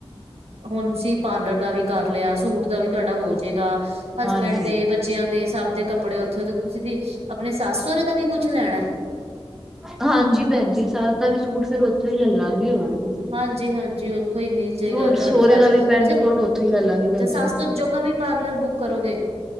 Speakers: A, on the right; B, in the centre.
A: ਹੁਣ ਤੁਸੀਂ ਪਾਰਲਰ ਦਾ ਵੀ ਕਰ ਲਿਆ ਸੂਟ ਦਾ ਵੀ ਤੁਹਾਡਾ ਹੋਜੇਗਾ
B: ਹਾਂਜੀ
A: ਹਸਬੈਂਡ ਦੇ ਬੱਚਿਆਂ ਦੇ ਸਭ ਦੇ ਕੱਪੜੇ ਉੱਥੋਂ ਤੇ ਤੁਸੀਂ ਵੀ ਆਪਣੇ ਸੱਸ ਸੋਹਰੇ ਦਾ ਵੀ ਕੁੱਛ ਲੈਣਾ
B: ਹਾਂਜੀ, ਭੈਣਜੀ ਸੱਸ ਦਾ ਵੀ ਸੂਟ ਫੇਰ ਓਥੋਂ ਈ ਲੈ ਲਾਂਗੀ ਹੋਰ। ਕੀ
A: ਹਾਂਜੀ-ਹਾਂਜੀ, ਓਥੋਂ ਈ ਮਿਲ ਜੇਗਾ,
B: ਹੋਰ
A: ਤੁਆਡੀ
B: ਸਹੁਰੇ
A: ਸੱਸ
B: ਦਾ ਵੀ ਪੈਂਟ
A: ਅੱਛਾ
B: ਕੋਟ ਉੱਥੋਂ ਹੀ ਲੈ ਲਾਂਗੇ ਭੈਣ
A: ਤੇ ਸੱਸ
B: ਜੀ
A: ਦਾ ਜੋਗਾ ਵੀ ਪਾਰਲਰ ਬੁੱਕ ਕਰੋਗੇ।